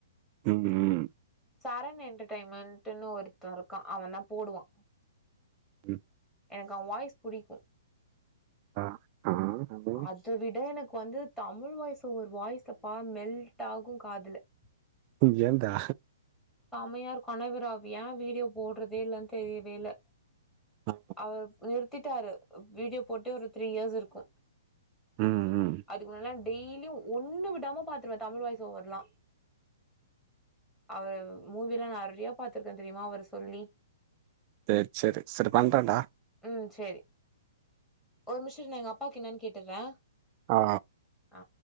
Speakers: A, on the right; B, in the centre.
A: ம் ம்
B: சரன் என்டெர்டெயின்மெண்ட்டுன்னு ஒருத்த இருக்கா அவ தா போடுவா
A: ம்
B: எனக்கு அவ வாய்ஸ் புடிக்கு
A: அ ஆ <unintelligible>
B: அத விட எனக்கு வந்து தமிழ் வாய்ஸ் ஒரு வாய்ஸ்ல பா மெல்ட் ஆகு காதுல <unintelligible>
A: ம் ஏந்தா
B: சம்மையா இருக்கு ஆனா இவர் அவ் ஏ வீடியோ போட்றதே இல்லன் தெரியவேல்ல
A: ஆ
B: அவர் நிறுத்திட்டாரு வீடியோ போட்டே ஒரு த்ரீ இயர்ஸ் இருக்கு
A: ம் ம்
B: அதுக்கு முன்னால டெய்லியு ஒன்னு விடாம பாத்துருவே தமிழ் வாய்ஸ் ஓவர்லா அவ மூவில்லா நெறைய பாத்திருக்கே தெரியுமா அவர் சொல்லி
A: சேரி சேரி செரி பண்றென்டா
B: ம் சேரி ஒரு மிஷொ இரு எங்க அப்பாக்கு என்னன்னு கேட்டர்றே
A: ஆ
B: ஆ